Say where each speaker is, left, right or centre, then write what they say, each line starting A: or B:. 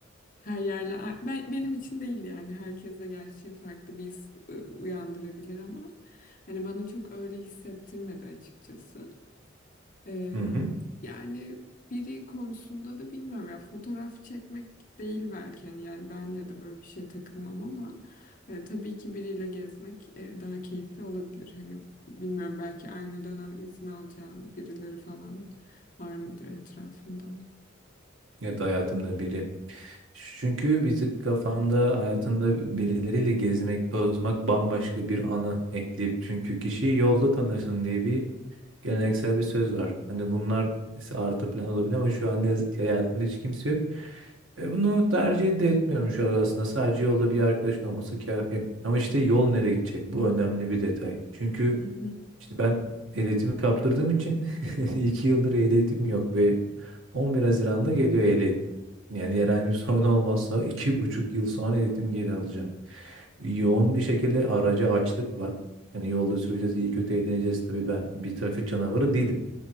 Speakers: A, on the left; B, on the right.
A: Her yerle ben benim için değil yani herkes de gerçi farklı bir his e, uyandırabilir ama hani bana çok öyle hissettirmedi açıkçası. Eee,
B: Hı hı.
A: yani biri konusunda da bilmiyorum ya fotoğraf çekmek değil belki hani yani ben ya da böyle bir şeye takılmam ama e, tabii ki biriyle gezmek e, daha keyifli olabilir. Hani bilmiyorum belki aynı dönem izin alacağın birileri falan var mıdır etrafında?
B: Ya da hayatımda biri Çünkü bir tık kafamda hayatında birileriyle gezmek, tozmak bambaşka bir anı ekleyip çünkü kişiyi yolda tanırsın diye bir geleneksel bir söz var. Hani bunlar ise artı plan olabilir ama şu an ne yazık ki hayatımda hiç kimse yok. E, bunu tercih de etmiyorum şu an aslında. Sadece yolda bir arkadaşın olması kafi. Ama işte yol nereye gidecek? Bu önemli bir detay. Çünkü
A: <laughs>
B: işte ben ehliyetimi kaptırdığım için <laughs> iki yıldır ehliyetim yok ve 11 Haziran'da geliyor ehliyetim. Yani herhangi bir <laughs> sorun olmazsa iki buçuk yıl sonra ehliyetimi geri alacağım. Yoğun bir şekilde araca açlık var. Yani yolda süreceğiz, iyi kötü eğleneceğiz. Tabii ben bir trafik canavarı değilim.